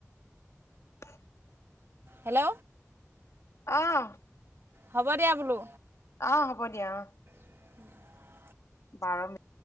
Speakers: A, on the left (about 70°); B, on the right (about 50°).
A: <inaudible>
B: হেল্ল'।
A: অঁ।
B: হ'ব দিয়া বোলো।
A: অ, হ'ব দিয়া অঁ।
B: <inaudible>
A: বাৰ মিন